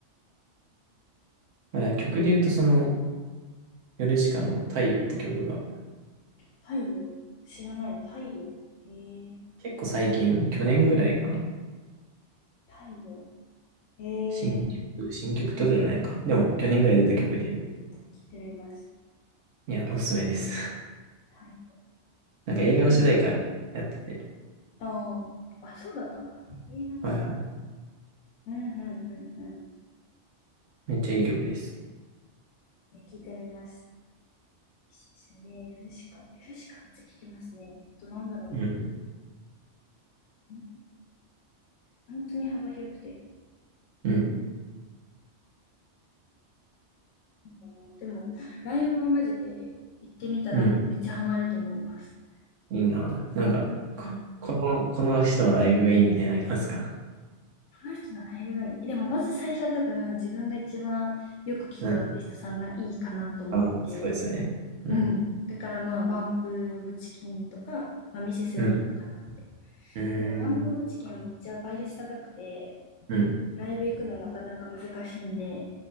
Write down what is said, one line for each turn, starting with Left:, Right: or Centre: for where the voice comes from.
Right: まあ、だから曲で言うと、その、ヨルシカの太陽って曲が、
Left: 太陽。知らないで、太陽。へえ、
Right: 結構最近、去年ぐらいかな。
Left: 太陽。へ
Right: 新曲、
Left: え、
Right: 新曲ってことじゃないのか。でも、去年ぐらい出た曲で、
Left: うん聞いてみます。
Right: いや、おすすめです。<laughs>
Left: 太陽。
Right: なんか映画の主題歌やってて、
Left: ああ、あ、そうだったんだ。映画の人。
Right: はいはい。
Left: うんうんうんうん。
Right: めっちゃいい曲です。
Left: え、聞いてみます。いいですよね。ヨルシカ。ヨルシカめっちゃ聞きますね。あと、なんだろうな。
Right: うん、
Left: うん本当に幅広くて。
Right: うん、
Left: なんかなでも、ライブはマジで行ってみたらめっちゃハマると思います。
Right: うん。いいな。なんか、こ、
Left: うん。こ
Right: この、この人のライブがいいみたいなのありますか
Left: の人のライブがいい。でも、まず最初は多分自分が一番よく聞くアーティストさんがいいかなと思って。
Right: うん。あ、そうですよね。うん、
Left: うん。だからまあ、バンプ・オブ・チキンとか、まあ、ミセスがいいのかなって。
Right: うん、うーん、
Left: でも、バンプ・オブ・チキンはめっちゃ倍率高くて、
Right: うん、
Left: ライブ行くのなかなか難しいんで、